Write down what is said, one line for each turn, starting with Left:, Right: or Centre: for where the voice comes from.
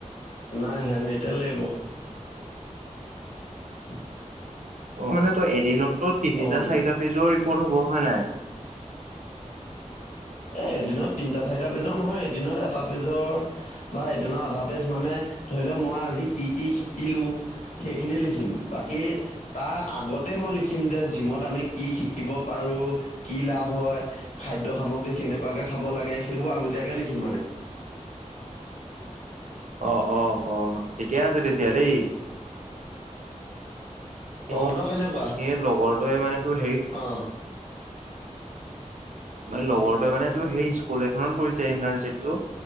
Left: নাই হেণ্ড ৰিটেন লাগিব <inaudible>
Right: অ মানে তই এদিনতো তিনিটা
Left: তহঁত
Right: চাৰিটা পেজৰ ৰিপৰ্ট হ'ব হয় নাই
Left: <inaudible> এ এদিনত তিনটা চাৰিটা পেজৰ নহয় এদিনত এটা পেজৰ বা এদিনত আধা পেজৰ মানে ধৰি ল মই আজি কি কি শিকিলো সেইখিনি লিখিম বাকী তাৰ আগতে মই লিখিম যে জিমত আমি কি শিকিব পাৰো কি লাভ হয় খাদ্য সামগ্ৰী কেনেকুৱাকে খাব লাগে সেইবোৰ আগতীয়াকে লিখিম মানে
Right: অ অ অ ঠিকে আছে তেতিয়া দেই
Left: তহঁতৰ
Right: মই সেই
Left: কেনেকুৱা
Right: লগৰটোৱে মানে তোৰ হেৰিত
Left: অ
Right: লগৰটোৱে মানে তো হেই স্কুল এখনত কৰিছে ইন্টাৰনশ্বিপটো